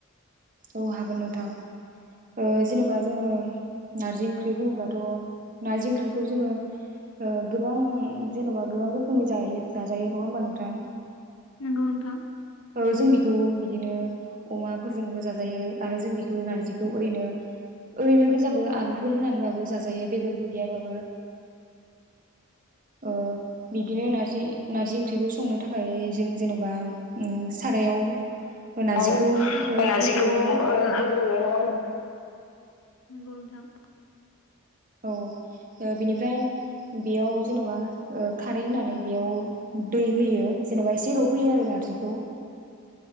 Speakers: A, on the right; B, on the left.
A: औ हागोन नोंथां, ओ जेनेबा जोङो नारजि ओंख्रि बुङोब्लाथ' नारजि ओंख्रिखौ जोङो ओ गोबां जेनेबा गोबां रोखोमै जायो जाजायो नङा होमबा नोंथां
B: नोंगौ नोंथां
A: ओ जों बेखौ बिदिनो अमाफोरजोंबो जाजायो आरो जों बिखौ नारजिखौ ओरैनो ओरैनो गोजाबो आलुफोर होनानै बाबो जाजायो बेदरफोर गैया बाबो ओ बिदिनो नारजि नारजि ओंख्रिखौ संनो थाखाय जों जेन'बा ओम सारायाव नारजिखौ
B: औ
A: ओ
B: नारजि
A: होग्रोयो
B: <unintelligible> नोंगौ
A: नङा होमबा नोंथां
B: नोंथां।
A: औ ओ बिनिफ्राय बेयाव जेनेबा ओ खारै होनानै बेयाव दै होयो जेनेबा एसे रब होयो आरो नारजिखौ